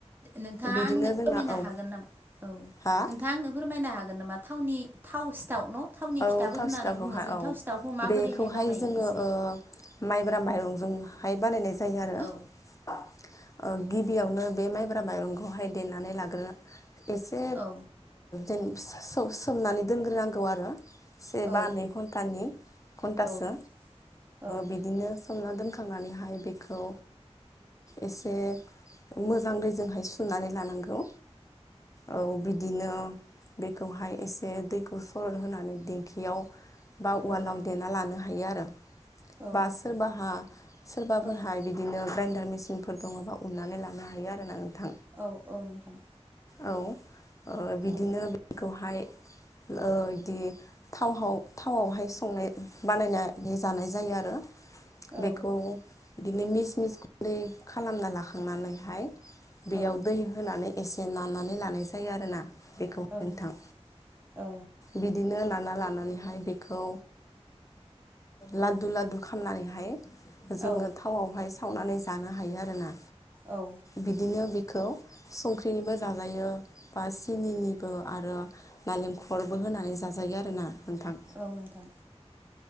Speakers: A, on the right; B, on the left.
A: नोंथाङा
B: बिदिनो
A: आंनो
B: जोंना
A: फोरमायनो
B: औ
A: हागोन नामा औ
B: हा
A: नोंथां आंनो फोरमायनो हागोन नामा थावनि थाव सिथाव न' थावनि
B: औ
A: फिथाबो
B: थाव
A: होननानै
B: सिथावखौहाय
A: बुङो जों
B: औ
A: थाव सिथावखौ माबोरैहाय
B: बेखौहाय
A: बानायो?
B: जोङो
A: एसे
B: ओ माइब्रा माइरंजोंहाय बानायनाय जायो आरो
A: औ
B: गिबियावनो बे माइब्रा माइरंखौहाय देनानै लाग्रो एसे
A: औ
B: जेन सोमनानै दोनग्रोनांगौ आरो से
A: औ
B: बा नै घन्टानि घन्टासो
A: औ औ
B: बिदिनो सोमना दोनखांनानैहाय बेखौ एसे मोजां दैजोंहाय सुनानै लानांगौ। औ बिदिनो बेखौहाय एसे दैखौ सरल होनानै दिेंखियाव बा उवालाव
A: औ
B: देना लानो हायो आरो
A: औ
B: बा सोरबाहा सोरबाफोरहाय
A: ओं
B: बिदिनो ग्राइन्डार मेसिनफोर दङबा उननानै लानो हायो आरोना नोंथां।
A: औ-औ नोंथां।
B: औ ओ बिदिनो
A: ओं
B: बेखौहाय बिदि थाव थावावहाय संनाय बानायनानै जानाय जायो आरो
A: औ
B: बेखौ बिदिनो मिस मिस खि खालामना लाखांनानैहाय बेयाव
A: औ
B: दै होनानै एसे ननानै लानाय जायो आरोना बेखौ
A: औ
B: नोथां
A: नोंथां औ
B: बिदिनो लानानैहाय बेखौ लादु लादु खालामनानैहाय जोङो
A: औ
B: थावआवहाय सावनानै जानो हायो आरोना।
A: औ
B: बिदिनो बिखौ संख्रिनिबो जा जाजायो बा सिनिनिबो आरो नालेंखरबो होनानै जाजायो आरोना। नोंथां
A: औ नोंथां।